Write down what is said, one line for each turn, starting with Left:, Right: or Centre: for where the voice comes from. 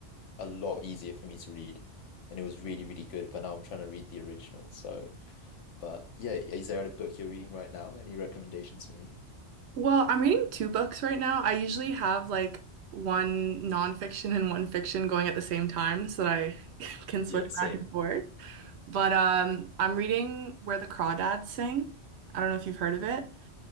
Left: a lot easier for me to read. And it was really, really good, but now I'm trying to read the original. So, but yeah, is there a book you're reading right now? Any recommendations for me?
Right: Well, I'm reading two books right now. I usually have like one nonfiction and one fiction going at the same time so that I <laughs> can switch
Left: Yeah, same.
Right: back and forth. But um, I'm reading Where the Crawdads Sing. I don't know if you've heard of it,